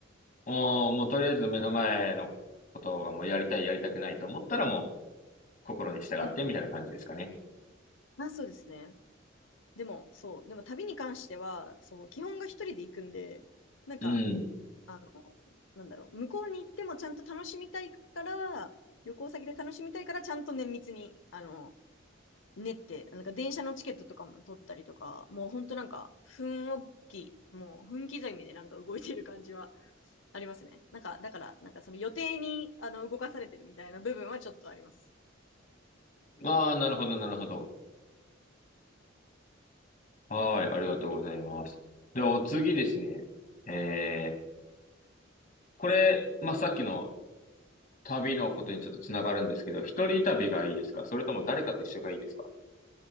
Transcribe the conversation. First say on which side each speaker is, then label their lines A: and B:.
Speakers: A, on the left (about 45°); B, on the left (about 75°).
A: もう、もうとりあえず目の前のことがもうやりたい、やりたくないと思ったらもう心に従ってみたいな感じですかね。
B: うんうん。まあそうですね。でも、そう。でも旅に関しては、そう、基本が一人で行くんで、なんか、
A: うん。
B: あの、なんだろう、向こうに行ってもちゃんと楽しみたいから、旅行先で楽しみたいから、ちゃんと綿密に、あの、練って、なんか電車のチケットとかも取ったりとか、もうほんとなんか、分をき、もう分刻みでなんか動いてる感じはありますね。なんか、だから、なんかその予定に、あの、動かされてるみたいな部分はちょっとあります。
A: ああ、なるほど、なるほど。はい、ありがとうございます。では、お次ですね。えー、これ、まあ、さっきの旅のことにちょっとつながるんですけど、一人旅がいいですかそれとも誰かと一緒がいいですか